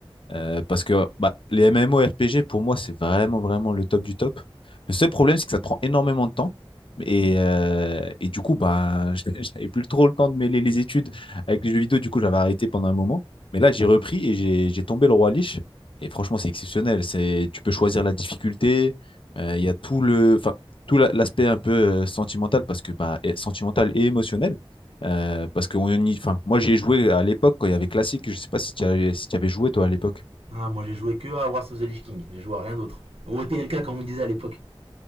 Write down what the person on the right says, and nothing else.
Ah, moi j'ai joué que à Wrath of the Lich King, j'ai joué à rien d'autre. Au TLK comme on me disait à l'époque.